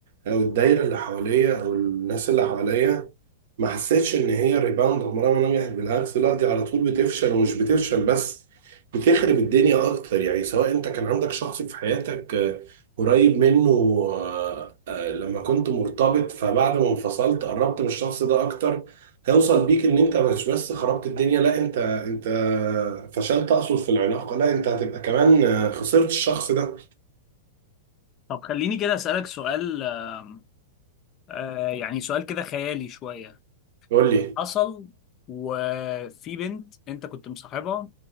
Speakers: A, on the right (about 55°); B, on the left (about 30°).
A: او الدايرة اللي حواليا او الناس اللي حواليا ما حسيتش ان هي ريباوند عمرها ما نجحت بالعكس لا دي على طول بتفشل ومش بتفشل بس بتخرب الدنيا اكتر يعني سواء انت كان عندك شخص في حياتك آه، قريب منه آه، آه، لما كنت مرتبط فبعد ما انفصلت قربت من الشخص ده اكتر هيوصل بيك ان انت مش بس خربت الدنيا لا انت انت فشلت اقصد في العلاقة لا انت هتبقى كمان آه، خسرت الشخص ده
B: طب خليني كده أسألك سؤال آم، آه، يعني سؤال كده خيالي شوية
A: قول لي
B: حصل وفي بنت انت كنت مصاحبها